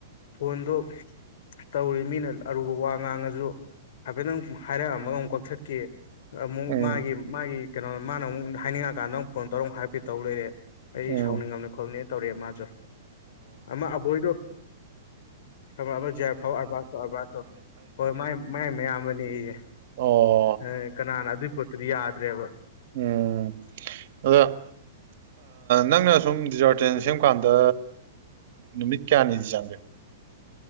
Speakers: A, on the left; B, on the right.
A: ꯐꯣꯟꯗꯣ ꯇꯧꯔꯤ ꯃꯤꯅ ꯑꯔꯨꯕ ꯋꯥ ꯉꯥꯡꯉꯖꯨ ꯍꯥꯏꯐꯦꯠꯇꯪ ꯍꯥꯏꯔꯛꯑꯝꯃꯒ ꯑꯃꯨꯛ ꯀꯛꯊꯠ ꯀꯦ ꯑꯃꯨꯛ
B: ꯎꯝ
A: ꯃꯥꯒꯤ ꯃꯥꯒꯤ ꯀꯩꯅꯣ ꯃꯥꯅ ꯑꯃꯨꯛ ꯍꯥꯏꯅꯤꯡꯉꯀꯥꯟꯗ ꯑꯃꯨꯛ ꯐꯣꯟ ꯇꯧꯔ ꯑꯃꯨꯛ ꯍꯥꯏꯔꯞꯄꯤ ꯇꯧꯔ ꯂꯩꯔꯦ ꯑꯩꯗꯤ
B: ꯎꯝ
A: ꯁꯥꯎꯅꯤꯡꯉꯝꯅꯤ ꯈꯣꯜꯅꯦ ꯇꯧꯔꯛꯑꯦ ꯃꯥꯁꯨ ꯑꯃ ꯑꯕꯣꯏꯗꯣ ꯑꯃ ꯖꯦꯐꯥꯎ ꯑꯔꯕꯥ ꯑꯔꯕꯥꯇꯣ ꯍꯣꯏ ꯃꯥ ꯃꯥꯏ ꯃꯌꯥꯝꯕꯅꯦꯌꯦ
B: ꯑꯣ
A: ꯍ ꯀꯅꯥꯅ ꯑꯗꯨꯏ ꯄꯣꯠꯇꯗꯤ ꯌꯥꯗ꯭ꯔꯦꯕ
B: ꯎꯝ ꯑꯗ ꯅꯪꯅ ꯁꯨꯝ ꯗꯤꯖꯥꯔꯇꯦꯟ ꯁꯦꯝꯕꯀꯥꯟꯗ ꯅꯨꯃꯤꯠ ꯀꯌꯥꯅꯤꯗꯤ ꯆꯪꯒꯦ